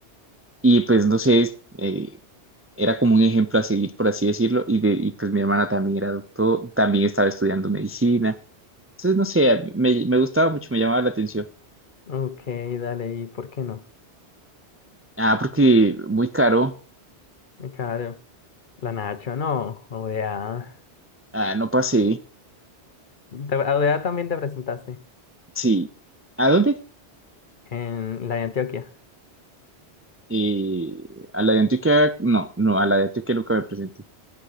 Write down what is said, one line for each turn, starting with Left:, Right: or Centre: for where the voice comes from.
Right: Y pues no sé, es, eh, era como un ejemplo a seguir, por así decirlo. Y, de, y pues mi hermana también era doctor, también estaba estudiando medicina. Entonces, no sé, me, me gustaba mucho, me llamaba la atención.
Left: Ok, dale, ¿y por qué no?
Right: Ah, porque muy caro.
Left: Eh, Claro, la Nacho no, ODA.
Right: Ah, no pasé.
Left: Te- A ODA también te presentaste
Right: Sí. ¿A dónde?
Left: en la de Antioquia.
Right: Eh, a la de Antioquia. No, no, a la de Antioquia nunca me presenté.